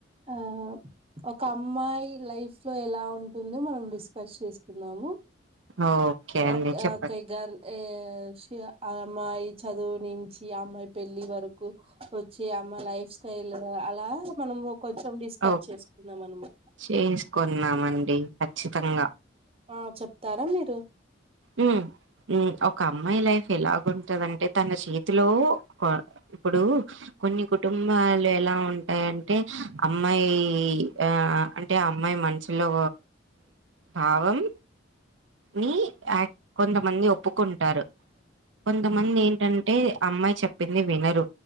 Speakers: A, on the right; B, on the right.
A: ఆ ఒక అమ్మాయి లైఫ్ లో ఎలా ఉంటుందో మనం డిస్కస్ చేసుకుందాము.
B: ఓకే అండి
A: ఓకే
B: చెప్పండి
A: అకై గారు యే స్ ఇగా అమ్మాయి చదువు నుంచి అమ్మాయి పెళ్లి వరకు వచ్చి అమ్మాయి లైఫ్ స్టైల్ అలా మనము ఒక్ కొంచెం డిస్కస్
B: ఓ
A: చేసుకుందాం అనమాట
B: చేసుకున్నామండి ఖచ్చితంగా
A: ఆ చెప్తారా మీరు
B: ఉ ఉ ఒక అమ్మాయి లైఫ్ ఎలాగుంటదంటే తన చేతిలో క్వా ఇప్పుడు కొన్ని కుటుంబాలు ఎలా ఉంటాయంటే టే అమ్మాయి ఆ అంటే ఆ అమ్మాయి మంచులో భావం ని యాక్ కొంతమంది ఒప్పుకుంటారు కొంతమంది ఏంటంటే అమ్మాయి చెప్పింది వినరు